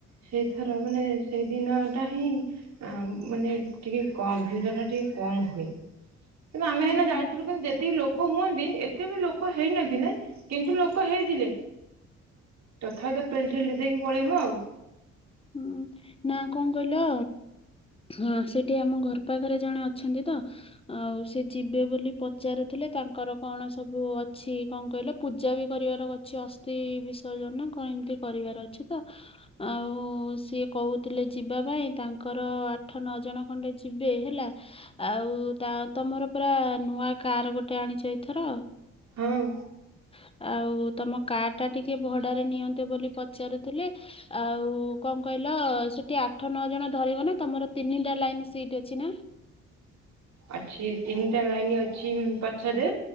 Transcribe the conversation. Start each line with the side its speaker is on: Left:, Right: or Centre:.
Right: ସେଇଥର ମାନେ ସେଇ ଦିନଟା ହିଁ ମାନେ ଟିକେ କମ୍ ଭିଡ଼ଟା ଟିକେ କମ୍ ହୁଏ। କିନ୍ତୁ ଆମେ ହେଲେ
Left: ହୁଁ
Right: ଯାଇଥିଲୁ କିନ୍ତୁ ଯେତିକି ଲୋକ ହୁଅନ୍ତି ଏତେ ବି ଲୋକ ହେଇନଥିଲେ। କିନ୍ତୁ ଲୋକ ହେଇଥିଲେ ତଥାପି ତ ପେଲି ଠେଲି ଦେଇକି ପଳେଇନୁ ଆଉ।
Left: ହୁଁ ନା କଣ କହିଲ ହଁ ସେଠି ଆମ ଘର ପାଖରେ ଜଣେ ଅଛନ୍ତି ତ। ଆଉ ସେ ଯିବେ ବୋଲି ପଚାରୁଥିଲେ ତାଙ୍କର କଣ ସବୁ ଅଛି କଣ କହିଲ ପୂଜା ବି କରିବାର ଅଛି। ଅସ୍ଥି ବିସର୍ଜନ କଣ ଏମିତି କରିବାର ଅଛି ତ। ଆଉ। ଆଉ ସିଏ କହୁଥିଲେ ଯିବା ପାଇଁ ତାଙ୍କର ଆଠ ନଅ ଜଣ ଖଣ୍ଡେ ଯିବେ ହେଲା। ଆଉ ତା ତମର ପରା ନୂଆ କାର ଗୋଟେ ଆଣିଛ ଏଇଥର।
Right: ହଁ
Left: ହ ଆଉ ତମ କାର୍ ଟା ଟିକେ ଭଡ଼ାରେ ନିଅନ୍ତେ ବୋଲି ପଚାରୁଥିଲେ ଆଉ କଣ କହିଲ ସେଠି ଆଠ ନଅ ଜଣ ଧରିବ ନା ତମର ତିନିଟା ଲାଇନ୍ ସିଟ୍ ଅଛି ନା?
Right: ଅଛି ତିନିଟା ଲାଇନି ଅଛି ପଛରେ